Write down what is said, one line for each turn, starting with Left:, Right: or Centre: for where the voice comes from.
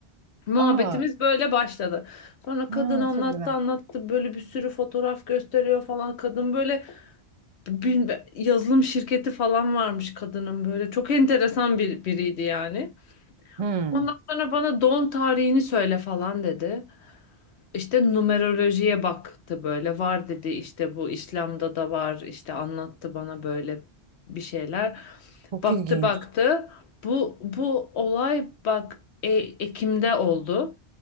Left: Muhabbetimiz
Right: Aa,
Left: böyle başladı. Sonra
Right: ha,
Left: kadın anlattı
Right: çok güzel.
Left: anlattı böyle bir sürü fotoğraf gösteriyor falan. Kadın böyle bil- yazılım şirketi falan varmış kadının böyle. Çok enteresan bir biriydi yani.
Right: Hmm,
Left: Ondan sonra bana doğum tarihini söyle falan dedi. İşte numerolojiye baktı böyle var dedi işte bu İslam'da da var işte anlattı bana böyle bir şeyler.
Right: çok
Left: Baktı
Right: ilginç.
Left: baktı bu bu olay bak e- Ekim'de oldu.